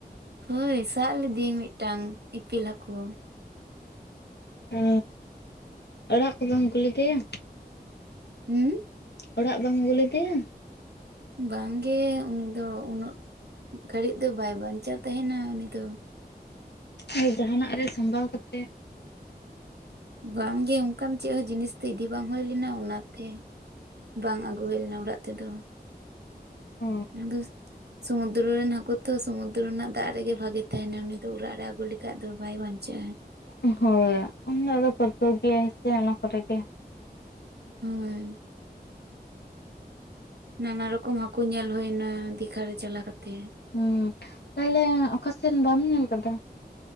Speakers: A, on the right; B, on the left.
A: ᱦᱳᱭ, ᱥᱟᱜ ᱞᱤᱫᱤᱭᱟᱹᱧ ᱢᱤᱫᱴᱟᱝ, ᱤᱯᱤᱞ ᱦᱟᱠᱳ᱾
B: ᱚ ᱚᱲᱟᱜ ᱠᱚ ᱫᱚᱢ ᱠᱩᱞᱤ ᱠᱮᱭᱟ
A: ᱩᱸᱻᱻᱻ
B: ᱚᱲᱟᱜ ᱵᱟᱢ ᱟᱜᱩ ᱞᱮᱫᱮᱭᱟ?
A: ᱵᱟᱝ ᱜᱮ ᱩᱱᱤ ᱫᱚ ᱩᱱᱟᱹᱜ ᱜᱷᱟᱹᱲᱤᱡ ᱫᱚ ᱵᱟᱭ ᱵᱟᱧᱪᱟᱣ ᱛᱟᱸᱦᱮᱱᱟ ᱩᱱᱤ ᱫᱚ
B: ᱟᱨ ᱡᱟᱦᱟᱸᱱᱟᱜ ᱨᱮ ᱥᱟᱢᱵᱟᱣ ᱠᱟᱛᱮ
A: ᱵᱟᱝᱜᱮ ᱚᱱᱠᱟᱢ ᱪᱮᱫ ᱦᱚᱸ ᱡᱤᱱᱤᱥ ᱫᱚ ᱤᱫᱤ ᱵᱟᱝ ᱦᱳᱭ ᱞᱮᱱᱟ ᱚᱱᱟ ᱛᱮ ᱵᱟᱝ ᱟᱜᱳ ᱦᱳᱭ ᱞᱮᱱᱟ ᱚᱲᱟᱜ ᱛᱮᱫᱚ
B: ᱚ
A: <inaudible> ᱥᱩᱢᱩᱫᱨᱩ ᱨᱮᱱ ᱦᱟᱠᱩ ᱛᱚ ᱥᱩᱢᱩᱫᱨᱩ ᱨᱮᱱᱟᱜ ᱫᱟᱜ ᱨᱮᱜᱮ ᱵᱷᱟᱜᱮ ᱛᱟᱸᱦᱮᱱᱟ ᱩᱱᱤ ᱫᱚ ᱚᱲᱟᱜ ᱨᱮ ᱟᱜᱩ ᱞᱮᱠᱷᱟᱡ ᱫᱚᱭ ᱵᱟᱭ ᱵᱟᱧᱪᱟᱜᱼᱟᱭ
B: ᱩᱜ ᱦᱳᱭ ᱩᱱᱤ ᱫᱚ ᱟᱫᱚ ᱯᱟᱹᱨᱠᱟᱹᱣ ᱜᱮᱭᱟᱭ ᱥᱮ ᱚᱱᱟ ᱠᱚᱨᱮ ᱜᱮ
A: ᱦᱳᱭ ᱱᱟᱱᱟ ᱨᱚᱠᱚᱢ ᱦᱟᱠᱩ ᱧᱮᱞ ᱦᱳᱭ ᱱᱟ ᱫᱤᱜᱷᱟ ᱨᱮ ᱪᱟᱞᱟ ᱠᱟᱛᱮ
B: ᱦᱩᱸ ᱛᱟᱦᱟᱞᱮ ᱚᱠᱟᱥᱮᱱ ᱵᱟᱢ ᱧᱮᱞ ᱟᱠᱟᱫᱟ ᱾